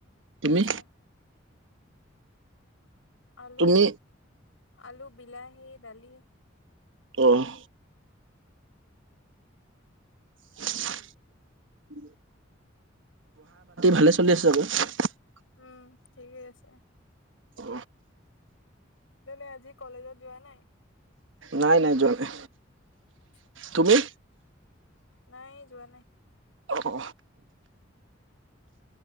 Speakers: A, on the right (about 70°); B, on the left (about 85°).
A: তুমি?
B: আতচ্ছা। আলু,
A: তুমি?
B: আলু, বিলাহী, দালি।
A: অ'। <unintelligible> ভালে চলি আছে <unintelligible>
B: উম ঠিকেই আছে
A: অ
B: তুমি আজি কলেজত যোৱা নাই
A: নাই নাই যোৱা
B: আচ্ছা,
A: তুমি
B: নাই যোৱা নাই
A: অ